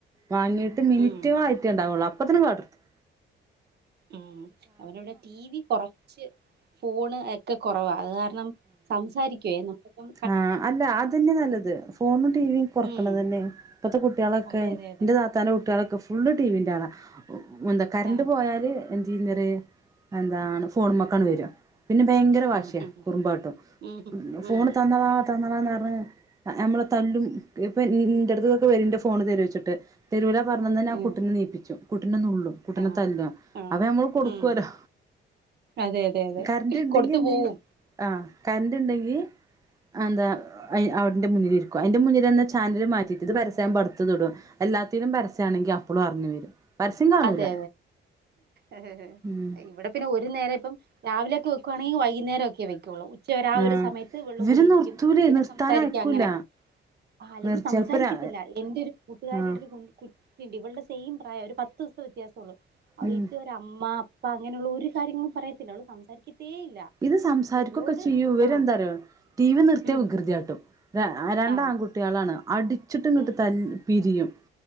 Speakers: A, on the right (about 15°); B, on the right (about 55°).
A: വാങ്ങിട്ട് മിനിറ്റ്
B: ഉം
A: ആയിട്ട ഉണ്ടാവുള്ളൂ അപ്പത്തന അടർത്തും
B: ഉം അവനിവിടെ ടിവി കുറച്ച് ഫോണ് ഒക്കെ കുറവാ അത് കാരണം സംസാരിക്കുയേ നമ്മുക്കിപ്പം
A: ആഹ അല്ല അത് തന്നെ നല്ലത് ഫോണും ടിവിം കൊറക്കണ
B: ഉം
A: തന്നെ ഇപ്പത്തെ കുട്ടികളൊക്കെ
B: അതെ അതെ അതെ
A: താത്താൻ്റെ കുട്ടികളൊക്കെ ഫുള്ള് ടിവിന്റാളാ എന്താ കറണ്ട്
B: ആഹ്
A: പോയാല് എന്ത് ഇന്നര് എന്താണ് ഫോൺ മക്കാണ് വര്ക പിന്നെ ഭയങ്കര വാശിയ
B: ഉം
A: കുറുമ്പാട്ടും
B: ഉം
A: ഫോണ്
B: ഉം
A: തന്നളാ തന്നളാന്ന് പറഞ്ഞ് ഞമ്മളെ തല്ലും, ഇപ്പൊ ന്റെട്ത്ത്ക്കൊക്കെ വരും ന്റെ ഫോണ് തരൊച്ചിട്ട് തെരൂല പർഞ്ഞന്നെന് ആ
B: ഉം
A: കുട്ടിനെ നീപ്പിച്ചു കുട്ടിനെ നുള്ളും കുട്ടിന
B: ആഹ്
A: തല്ലും
B: ആഹ്
A: അവ ഞമ്മൾ കൊടുക്കുവലൊ
B: ഉം അതെ അതെ അതെ
A: കര്ന്റ്ണ്ടെങ്കി
B: കൊടുത്തു
A: എന്ത്യ്യും,
B: പോവും
A: ആഹ് കർന്റ്ണ്ടെങ്കി അ എന്താ അയ് അതിൻ്റെ മുന്നിലിരിക്കും അയ്ൻ്റെ മുന്നിൽ ന്ന ച്ചാനല് മാറ്റിട്ട് രു പരസ്യാവുമ്പടുത്തത് ടു എല്ലാത്തിനും പരസ്യാണെങ്കിൽ അപ്പളും അർഞ്ഞു വരും പരസ്യം കാണൂല
B: അതെ അതെ
A: ഉം
B: ഇവിടെ പിന്നെ ഒരു നേര ഇപ്പം രാവിലെയൊക്കെ വെക്കുവാണെങ്കിൽ പിന്നെ വൈകുന്നേരം ഒക്കെ വെക്കൊള്ളൂ ഉച്ച വരെ ആ ഒരു
A: ആഹ്
B: സമയത്ത് ഇവള്ടെ
A: ഇവര്
B: കൂടെയിരിക്കും,
A: നിർത്തൂലേ
B: പിന്നെ
A: നിർത്താനയക്കൂല
B: സംസാരിക്കും, അങ്ങനെ ആഹ് അല്ലെങ്കിൽ
A: നിർ
B: സംസാരിക്കത്തില്ല.
A: ചെൽപ്പോ രാ
B: എന്റെ ഒരു കൂട്ടുകാരിയുടെ
A: ആഹ്
B: ഒരു കു ട്ടിണ്ട്. ഇവൾടെ സെയിം പ്രായം. ഒരു പത്ത് ദിവസ്ത്തെ വ്യത്യാസം ഉള്ളു. അവളിതുവരെ
A: ഉം
B: അമ്മ പ്പ അങ്ങനെയുള്ള ഒരു കാര്യങ്ങളും പറയത്തില്ല. അവള് സംസാരിക്കത്തേ ഇല്ല
A: ഇത് സംസാരിക്കുകൊക്കെചെയ്യും
B: ഇപ്പൊ ഇവളോട്
A: ഇവരെന്താ
B: ആഹ്
A: അറിയോ, ടി വി നിർത്തിയ
B: ഉം
A: വികൃതിയാട്ടും. ര രണ്ടാൺകുട്
B: ആഹ്
A: ട്യാളാണ്. അടിച്ചിട്ട് ങ്ങട്ട്
B: ഉം
A: തൽ പിരിയും.